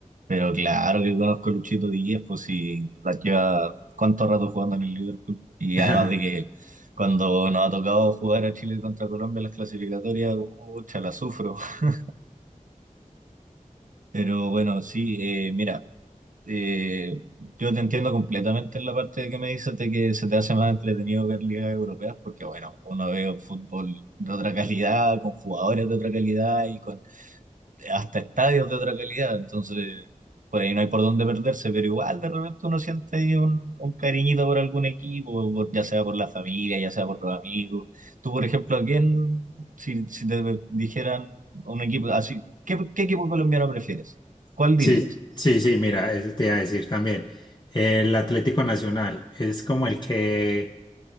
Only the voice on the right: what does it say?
Pero claro que conozco a Luchito Díaz, pues sí, la lleva cuánto rato jugando en el Liverpool. Y
además de que cuando nos ha tocado jugar a Chile contra Colombia en las clasificatorias, ucha, la sufro. <laughs> Pero bueno, sí, eh, mira. eh, yo te entiendo completamente en la parte que me dices de que se te hace más entretenido ver ligas europeas, porque bueno, uno ve fútbol de otra calidad, con jugadores de otra calidad y con hasta estadios de otra calidad, entonces por ahí no hay por dónde perderse, pero igual de repente uno siente ahí un, un cariñito por algún equipo, por- ya sea por la familia, ya sea por los amigos. Tú, por ejemplo, ¿a quién, si, si te dijeran un equipo así, ¿qué, qué equipo colombiano prefieres? ¿Cuál dirías?